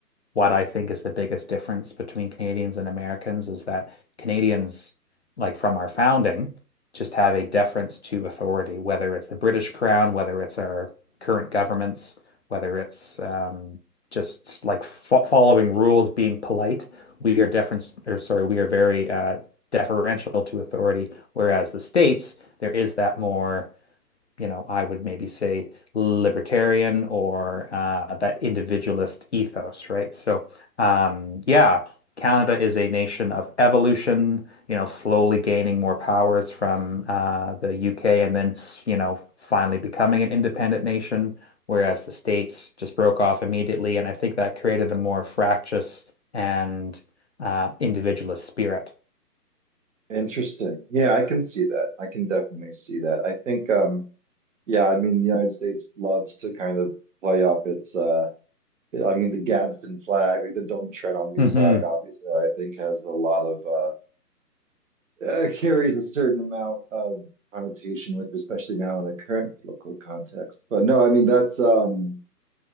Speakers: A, on the left (about 45°); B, on the right (about 50°).
A: what I think is the biggest difference between Canadians and Americans is that Canadians, like from our founding, just have a deference to authority, whether it's the British Crown, whether it's our current governments, whether it's um, just like fo following rules, being polite. We are deference, or sorry, we are very uh, deferential to authority. Whereas the States, there is that more you know, I would maybe say libertarian or uh, that individualist ethos, right? So, um, yeah, Canada is a nation of evolution, you know, slowly gaining more powers from uh, the UK and then, you know, finally becoming an independent nation, whereas the States just broke off immediately. And I think that created a more fractious and uh, individualist spirit.
B: Interesting. Yeah, I can see that. I can definitely see that. I think um Yeah, I mean, the United States loves to kind of play up its uh I mean the Gadsden flag, like the Don't Tread on Me
A: hmm
B: flag, obviously, I think has a lot of uh, uh carries a certain amount of connotation with, especially now in the current political context. But no, I mean that's um